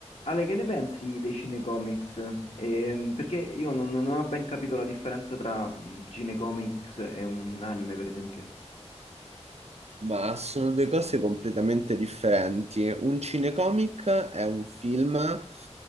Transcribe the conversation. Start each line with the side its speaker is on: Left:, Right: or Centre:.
Left: Ale, che ne pensi dei cinecomics? Ehm, perché io non, non ho ben capito la differenza tra mm, cinecomics e un anime, per esempio.
Right: Ma sono due cose completamente differenti. Un cinecomic è un film eh,